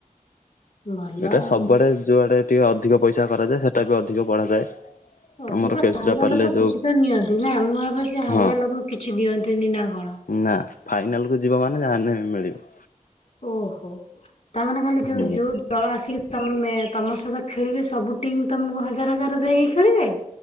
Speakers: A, on the left (about 50°); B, on the left (about 70°).
A: ଭଲ
B: ଏଇଟା
A: ଆଉ।
B: ସବୁଆଡେ ଯୋଉଆଡେ ଟିକେ ଅଧିକ ପଇସା କରାଯାଏ, ସେଟା ବି ଅଧିକ ବଢାଯାଏ।
A: ଓ,
B: ଆମର
A: କିନ୍ତୁ
B: କେଶୁଦ୍ରାପାଲିରେ
A: ହାରିବା ଲୋକ
B: ଯୋଉ
A: କିଛି ତ ନିଅନ୍ତି ନା, ମୁଁ ଭାବେ ସେ ହାରିବା
B: ହଁ
A: ଲୋକ କିଛି ଦିଅନ୍ତିନି ନା କଣ?
B: ନା ଫାଇନାଲ୍ କୁୁ ଯିବ ମାନେ ଯାହାହେନେ ମିଳିବ।
A: ଓହୋ, ତାମାନେ ଖାଲି ଯୋଉ
B: ହୁଁ।
A: ଯୋଉ ଦଳ ଆସିକି ତୋମେ ତୋମ ସହିତ ଖେଳିବେ, ସବୁ ଟିମ୍ ତୋମକୁ ହଜାର ହଜାର ଦେଇକି ଖେଳିବେ?